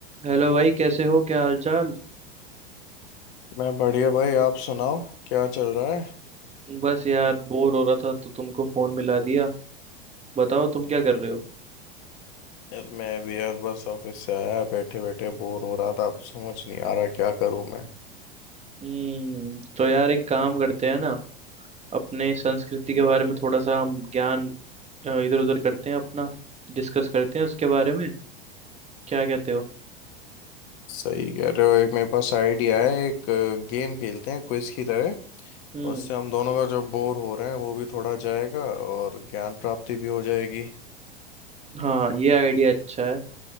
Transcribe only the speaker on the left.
मैं बढ़िया भाई आप सुनाओ क्या चल रहा है
यार मैं भी यार बस ऑफिस से आया बैठे बैठे बोर हो रहा था अब समझ नहीं आ रहा क्या करूं मैं
सही कह रहे हो एक मेरे पास आइडिया है एक गेम खेलते हैं क्विज की तरह
उससे हम दोनों का जो बोर हो रहे हैं वो भी थोड़ा जाएगा और ज्ञान प्राप्ति भी हो जाएगी